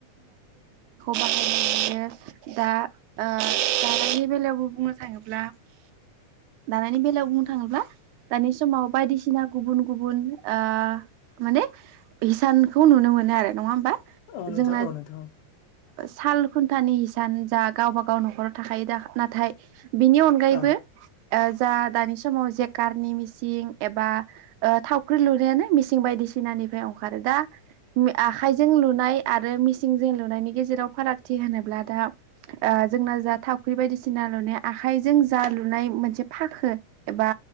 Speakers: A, on the right; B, on the left.
A: हायो दा ओ दानायनि बेलायावबो बुंनो थाङोब्ला दानायनि बेलायाव बुंनो थाङोब्ला दानि समाव बायदिसिना गुबुन गुबुन ओ माने हिसानखौ नुनो मोनो आरो, नङा होमबा
B: औ नोंथां
A: जोंना
B: औ नोंथां
A: साल खुन्थानि हिसान जा गावबागाव न'खराव थाखायो दा नाथाय बिनि अन अनगायैबो
B: औ
A: जा दानि समाव जे कारनि मिसिं एबा थावख्रि लुनायानो मिसिं बायदिसिनानिफ्राय ओंखारो दा, आखाइजों लुनाय आरो मिसिंजों लुनायनि गेजेराव फारागथि होनोब्ला दा जोंना जा थावख्रि बायदिसिना बसिना लुनाय आखाइजों जा लुनाय मोनसे फाखो एबा